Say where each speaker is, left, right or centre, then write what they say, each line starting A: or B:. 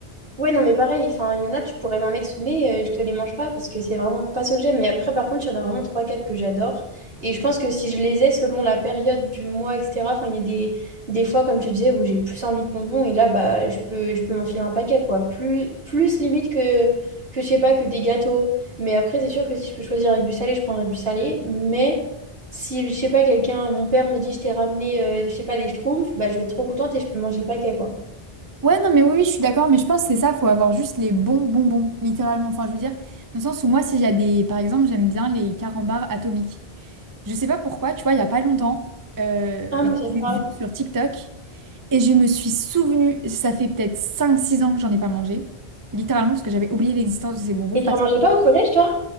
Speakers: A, on the right; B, on the right.
A: Ouais, non, mais pareil, enfin, il y en a, tu pourrais m'en mettre sous le nez, euh, je te les mange pas parce que c'est vraiment pas ce que j'aime. Mais après, par contre, il y en a vraiment trois quatre que j'adore. Et je pense que si je les ai selon la période du mois, etc., enfin, il y a des, des fois, comme tu disais, où j'ai plus envie de bonbons et là, bah, je peux, je peux m'enfiler un paquet, quoi. Plus, plus limite que, que, je sais pas, que des gâteaux. Mais après, c'est sûr que si je peux choisir avec du salé, je prendrais du salé. Mais si, je sais pas, quelqu'un, mon père me dit, je t'ai ramené, euh, je sais pas, des schtroumpfs, bah, je vais être trop contente et je peux manger le paquet, quoi.
B: Ouais, non, mais oui, oui, je suis d'accord, mais je pense que c'est ça, faut avoir juste les bons bonbons, littéralement. Enfin, je veux dire, dans le sens où moi, si j'ai des. Par exemple, j'aime bien les carambars atomiques. Je sais pas pourquoi, tu vois, il y a pas longtemps, euh,
A: Ah,
B: je
A: moi, j'aime
B: les
A: pas.
B: ai vus sur TikTok et je me suis souvenue. ça fait peut-être cinq, six ans que j'en ai pas mangé, littéralement, parce que j'avais oublié l'existence de ces bonbons.
A: Et
B: Parce
A: t'en mangeais
B: que...
A: pas au collège, toi?